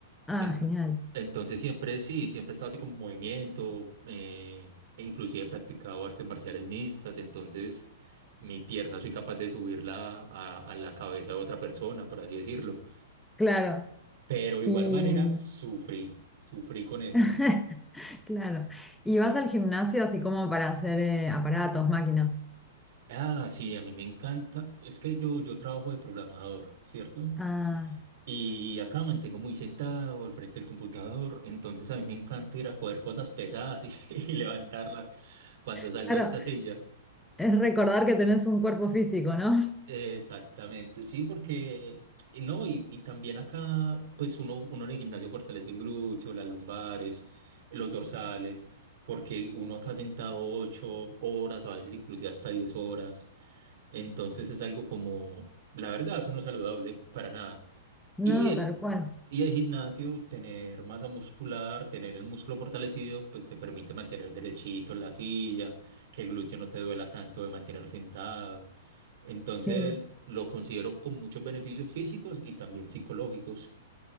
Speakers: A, in the centre; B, on the right.
A: Ah,
B: En-
A: genial.
B: entonces siempre sí, siempre he estado así como en movimiento, eh, e inclusive he practicado artes marciales mixtas, entonces mi pierna soy capaz de subirla a, a la cabeza de otra persona, por así decirlo.
A: Claro.
B: Pero de
A: Y,
B: igual manera sufrí, sufrí con eso.
A: <laughs> Claro. ¿Y vas al gimnasio así como para hacer eh, aparatos, máquinas?
B: Ah, sí, a mí me encanta, es que yo, yo trabajo de programador, ¿cierto?
A: Ah,
B: Y acá me mantengo muy sentado al frente del computador, entonces a mí me encanta ir a coger cosas pesadas y, <laughs> y levantarlas cuando salgo
A: claro,
B: de esta silla.
A: es recordar que tenés un cuerpo físico, ¿no? <laughs>
B: Exactamente, sí, porque y no, y, y también acá, pues uno, uno en el gimnasio fortalece el glúteo, las lumbares, los dorsales, porque uno acá sentado ocho horas, a veces inclusive hasta diez horas. Entonces es algo como, la verdad, eso no es saludable para nada. Y
A: No,
B: el,
A: tal cual.
B: y el gimnasio, tener masa muscular, tener el músculo fortalecido, pues te permite mantener derechito en la silla, que el glúteo no te duela tanto de mantener sentado. Entonces
A: Sí.
B: lo considero con muchos beneficios físicos y también psicológicos.